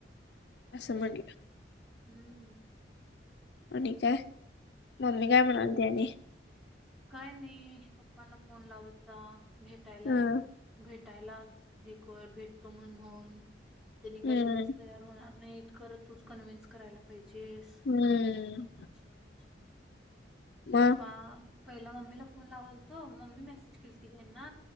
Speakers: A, on the left (about 65°); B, in the centre.
A: असं म्हटलं.
B: हम्म.
A: आणि काय ममी काय म्हनते्याने
B: काय नाही पप्पांना फोन लावतचा भेटायलाय.
A: हं,
B: भेटायला हे भेटतो म्हण म्हणून त्यांनी काय
A: हं,
B: लगेच यात. होणार नाहीत, खरं तूच कन्व्हिन्स करायला पाहिजेस,
A: हं.
B: असं तस
A: मग
B: पप्पा, पहिला मम्मीला फोन लावालतो, मम्मी मेसेज केलती हेन्ना